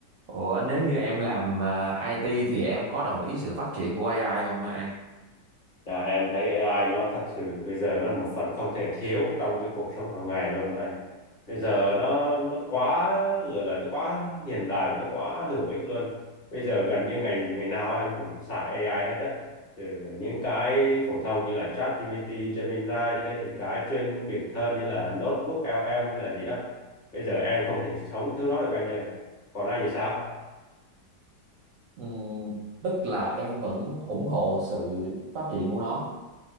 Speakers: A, on the right; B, on the left.
A: Ủa nếu như em làm ờ, IT thì em có đồng ý sự phát triển của AI không An?
B: Là em thấy AI nó thật sự bây giờ nó là một phần không thể thiếu trong cái cuộc sống hàng ngày luôn đó anh. Bây giờ nó nó quá gọi là nó quá hiện đại và nó quá hữu ích luôn. Bây giờ gần như ngày ngày nào em cũng xài AI hết á. Từ những cái phổ thông như là ChatGPT, Gemini cho đến những cái chuyên biệt hơn như là Notebook LM hay là gì đó. Bây giờ em không thể sống thiếu nó được anh ơi. Còn anh thì sao?
A: Ừm, tức là em vẫn ủng hộ sự phát triển của nó